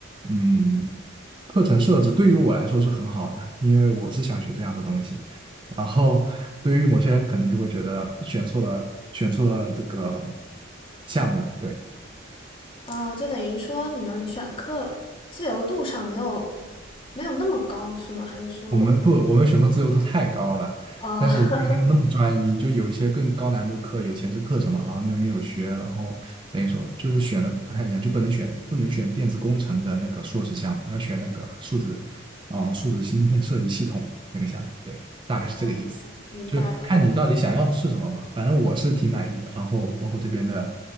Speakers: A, on the right; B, on the left.
A: 嗯，课程设置对于我来说是很好的，因为我是想学这样的东西。然后对于某些人可能就会觉得选错了，选错了这个项目，对，
B: 啊，就等于说你们选课自由度上没有没有那么高，是吗？还是说，
A: 我们不，我们选课自由度太高了，
B: 啊，
A: 但是就没有那么专一，
B: <laughs>
A: 就有一些更高难度课，有前置课程嘛，然后你又没有学，然后等于说就是选的不太一样，就不能选不能选电子工程的那个硕士项目，要选那个数字，啊、数字芯片设计系统那个项目，对，大概是这个意思，
B: 嗯，明白了，
A: 就是看你到底想要的是什么嘛，反正我是挺满意的，然后包括这边的，